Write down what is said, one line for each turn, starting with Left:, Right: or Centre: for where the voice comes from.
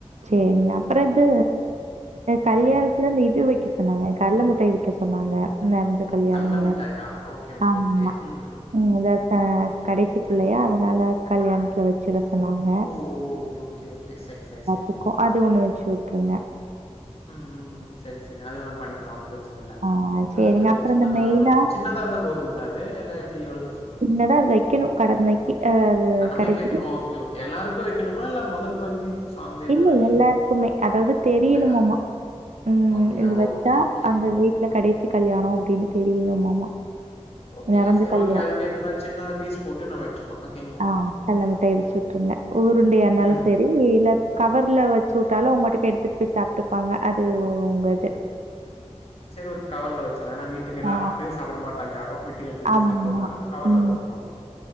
Right: சேரிங்க அப்ற இது கல்யாணத்துல
Left: ம்
Right: அந்த இது வக்க சொன்னாங்க கட்ல மு ட்டாய் வக்க சொன்னாங்க நெறஞ்ச கல்யாணொல்ல
Left: கடல மிட்டாயா ஓகே ஓகே
Right: ஆம்மா
Left: ஓகே ம்
Right: ம் அதா த கடைசி பிள்ளயா அதுனால கல்யாணத்துல வச்சுட சொன்னாங்க
Left: ஓ ஓ ஓகே ஓகே ஓகே சரி சரி சரி
Right: த்துக்கு அது ஒன்னு வச்சுவுட்ருங்க
Left: ம் ம் ம் ம் செரி செரி அதுவு ஒன் பண்ணிக்கலா ஒன்னு பிரச்சனல்ல
Right: ஆ சேரிங்க
Left: அது
Right: அப்புற
Left: சின்னதா
Right: இந்த மெயினா
Left: ஒரு சின்னதா இருந்தா போதுமுல்ல அது இல்ல எப்டி எவ்ளோ பெருசு வேணு
Right: என்னடா அது வைக்கணு கடமைக்கு அ
Left: ஆ நம்ம
Right: கடைசி
Left: இக்க வக்கெணு
Right: பிள்ளை.
Left: ஓகே ஓகே எல்லாருக்கு வக் கணுமா இல்ல மொதல் பந்தி
Right: இல்ல
Left: மாரி?
Right: எல்லாருக்குமே அதாவ்து தெரி யனுமாமா
Left: எல்லாருக்கும்.
Right: ம்
Left: அப்படியா?
Right: இது வச்சா
Left: ஓகே, ஓகே.
Right: அந்த வீட்ல கடைசி கல்யாணொ அப்டின்னு தெரியணுமாமா
Left: ஓ அப்படியா?
Right: நெறஞ்ச
Left: சரி
Right: கல்யாணம்
Left: ஓகே. அதுக்கேத்த மாரி சின்னதா பீஸ் போட்டு நம்ம வச்சுடலாம். ஓகேங்களா?
Right: ஆ கல்லமிட்டா வச்சுட்ருங்க உருண்டையா இருந்தாலு
Left: ம்,
Right: சேரி
Left: ம்.
Right: இல்ல கவர்ல வச்சு வுட்டாலு அவுங்க பாட்டுக்கு எடுத்துட்டு போய் சாப்ட்டுப்பாங்க அது உங்க இது
Left: செரி ஓகே கவர்ல வச்சுன் ஏனா வீட்டுக்கு எல்ல
Right: ஆ
Left: அப்யே சாப்ட மாட்டாங்க யாரு வீட்டுக்கு எடுத்து போய்
Right: ஆமா.
Left: சாப்டுவாங்க நம்ம கவர்ல
Right: ம்
Left: போட்டுரூவோ